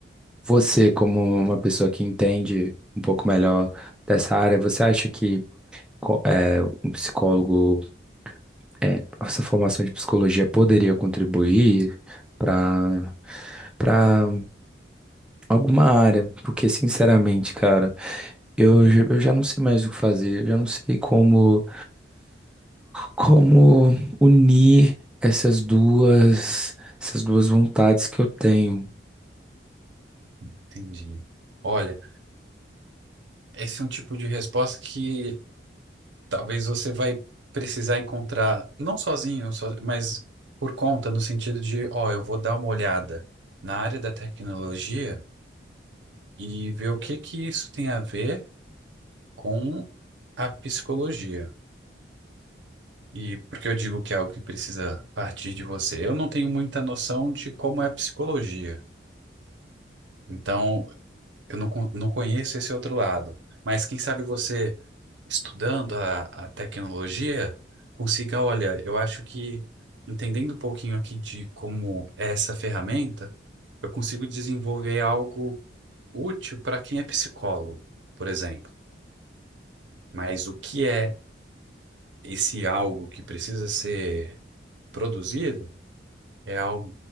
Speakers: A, in the centre; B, on the right (about 85°).
A: Você, como uma pessoa que entende um pouco melhor dessa área, você acha que co- é, um psicólogo, é, essa formação de psicologia poderia contribuir para para alguma área? Porque, sinceramente, cara. Eu, já- eu já não sei mais o que fazer, eu já não sei como como unir essas duas essas duas vontades que eu tenho.
B: Entendi. Olha, esse é um tipo de resposta que talvez você vai precisar encontrar, não sozinho, so- mas por conta, no sentido de, ó, eu vou dar uma olhada na área da tecnologia e ver o que que isso tem a ver com a psicologia. E porque eu digo que é algo que precisa partir de você. Eu não tenho muita noção de como é a psicologia. Então, Eu não, con- não conheço esse outro lado, mas quem sabe você, estudando a, a tecnologia, consiga, olha, eu acho que entendendo um pouquinho aqui de como é essa ferramenta, eu consigo desenvolver algo útil para quem é psicólogo, por exemplo. Mas o que é esse algo que precisa ser produzido é algo,